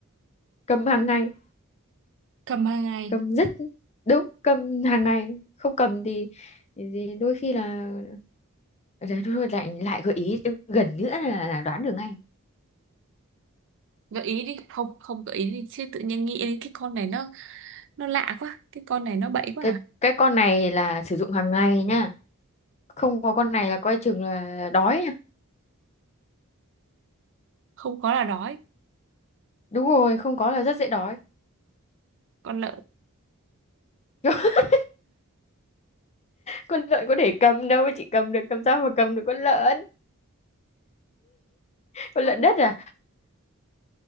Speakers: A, on the left; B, on the right.
A: cầm hàng ngày
B: Cầm hàng ngày.
A: cầm rất đúng cầm hàng ngày không cầm thì, thì đôi khi là đấy thôi thôi, lại lại gợi ý gần nữa là, là đoán được ngay
B: Gợi ý đi. Không, không gợi ý đi. Chứ tự nhiên nghĩ đến cái con này nó nó lạ quá. Cái con này nó bậy quá
A: cái
B: à?
A: cái con này là sử dụng hàng ngày nha không có con này là coi chừng là đói nha
B: Không có là đói.
A: đúng rồi không có là rất dễ đói
B: Con
A: <laughs> con lợn có để cầm đâu chị cầm được cầm sao mà cầm được con lợn con
B: lợn.
A: lợn đất à